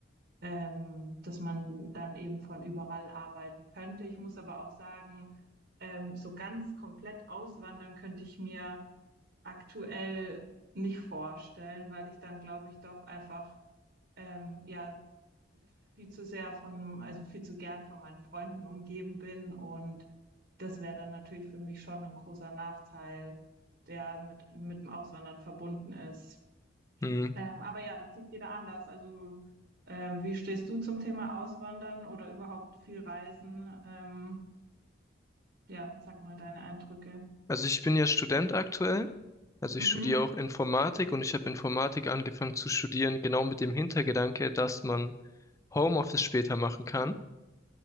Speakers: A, on the right; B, on the left.
A: ähm, dass man dann eben von überall arbeiten könnte. Ich muss aber auch sagen, ähm, so ganz komplett auswandern könnte ich mir aktuell nicht vorstellen, weil ich dann, glaube ich, doch einfach ähm, ja viel zu sehr von, also viel zu gern von meinen Freunden umgeben bin und das wäre dann natürlich für mich schon ein großer Nachteil, der mit, mit dem Auswandern verbunden ist.
B: Hm.
A: Ähm, aber ja, da tickt jeder anders. Also, ähm, wie stehst du zum Thema Auswandern oder überhaupt viel Reisen? Ähm, ja, sag mal deine Eindrücke.
B: Also, ich bin ja Student aktuell. Also,
A: Mhm.
B: ich studiere auch Informatik und ich habe Informatik angefangen zu studieren, genau mit dem Hintergedanke, dass man Homeoffice später machen kann.